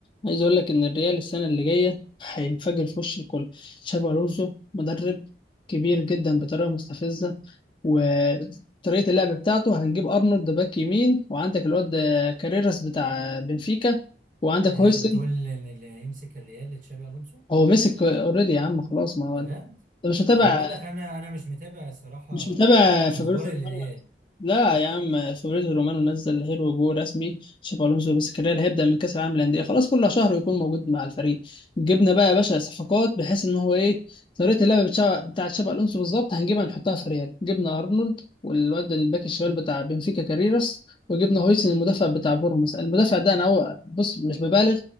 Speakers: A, on the left (about 30°); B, on the right (about 45°).
A: عايز اقول لك ان الريال السنه اللي جايه هينفجر في وش الكل تشابي الونسو مدرب كبير جدا بطريقه مستفزه وطريقه اللعب بتاعته هنجيب ارنولد باك يمين وعندك الواد ده كاريراس بتاع بنفيكا وعندك
B: اذا
A: هويسن
B: انت بتقول ان اللي هيمسك الريال تشابي الونسو
A: هو مسك اوريدي يا عم خلاص ما
B: بجد
A: هو انت مش متابع
B: ما انا بقول لك انا انا مش متابع صراحه
A: مش متابع فابريزو
B: اخبار الريال
A: رومانو لا يا عم فابريزو رومانو نزل هيرو جو رسمي تشابي الونسو بس الريال هيبدا من كاس العالم للانديه خلاص كل شهر يكون موجود مع الفريق جبنا بقى يا باشا صفقات بحيث ان هو ايه طريقه اللعب بتاع بتاع تشابي الونسو بالظبط هنجيبها نحطها في الريال جبنا ارنولد والواد الباك الشمال بتاع بنفيكا كاريراس وجبنا هويسن المدافع بتاع بورموس المدافع ده انا هو بص مش ببالغ